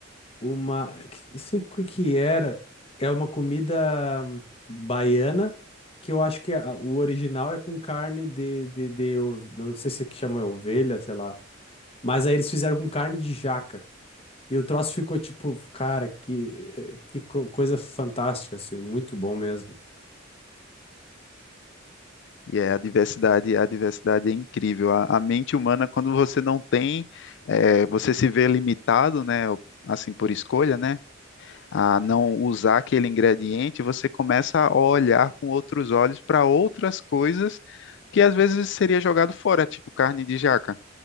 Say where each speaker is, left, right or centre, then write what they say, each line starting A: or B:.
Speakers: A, on the left; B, on the left.
A: Uma. que- Não sei o que que era. É uma comida baiana, que eu acho que a- o original é com carne de, de, de ov- Não sei se é que chama ovelha, sei lá. Mas aí eles fizeram com carne de jaca. E o troço ficou tipo, cara, que, eh, que co- coisa fantástica, assim. Muito bom mesmo.
B: E é a diversidade, a diversidade é incrível. A, a mente humana, quando você não tem, eh, você se vê limitado, né? Assim por escolha, né? A não usar aquele ingrediente, você começa a olhar com outros olhos para outras coisas que às vezes seria jogado fora, tipo carne de jaca.